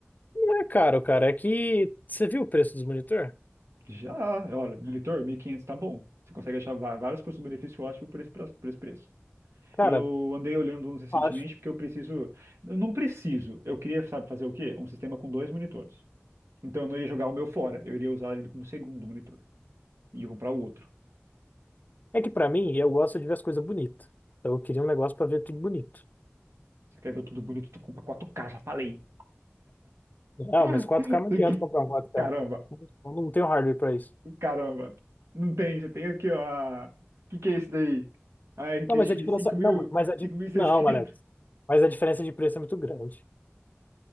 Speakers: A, on the left; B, on the right.
A: Não é caro, cara. É que você viu o preço dos monitor?
B: Já, olha, monitor, 1.500 tá bom. Você consegue achar va- vários custo-benefício ótimo por esse, pra- por esse preço.
A: Cara,
B: Eu andei olhando uns recentemente
A: acho.
B: porque eu preciso. eu Não preciso. Eu queria, sabe, fazer o quê? Um sistema com dois monitores. Então eu não ia jogar o meu fora. Eu iria usar ele como segundo monitor. E ia comprar o outro.
A: É que pra mim, eu gosto de ver as coisas bonitas. Então eu queria um negócio pra ver tudo bonito.
B: Você quer ver tudo bonito? Tu compra quatro k já falei.
A: Não,
B: <laughs>
A: mas quatro k não adianta
B: Que-
A: comprar um quatro k
B: Caramba,
A: Eu não tenho hardware pra isso.
B: Caramba, não tem, você tem aqui, ó. a- O que que é isso daí? A RTX
A: Não, mas a diferença.
B: 5000,
A: Não, mas a...
B: 5600.
A: di- não, Alex. Mas a diferença de preço é muito grande.